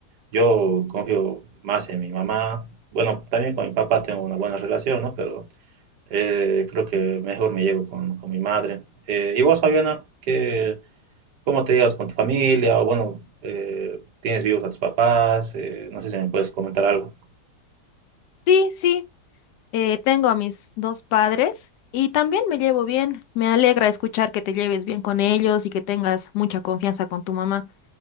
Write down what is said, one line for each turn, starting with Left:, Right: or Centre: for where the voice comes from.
Right: yo confío más en mi mamá. Bueno, también con mi papá tengo una buena relación, ¿no? Pero eh, creo que mejor me llevo con, con mi madre. Eh, ¿y vos, Fabiana, qué, cómo te llevas con tu familia? O bueno, eh, ¿tienes vivos a tus papás? Eh, no sé si me puedes comentar algo.
Left: Sí, sí. eh, tengo a mis dos padres y también me llevo bien. Me alegra escuchar que te lleves bien con ellos y que tengas mucha confianza con tu mamá.